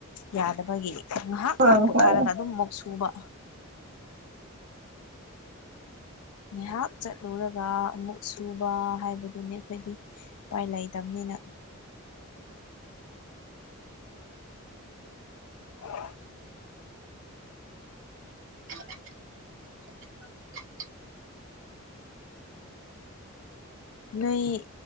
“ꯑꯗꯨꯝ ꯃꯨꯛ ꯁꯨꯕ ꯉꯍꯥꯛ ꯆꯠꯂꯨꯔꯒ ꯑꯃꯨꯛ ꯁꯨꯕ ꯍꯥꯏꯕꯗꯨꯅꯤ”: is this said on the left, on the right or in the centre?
Left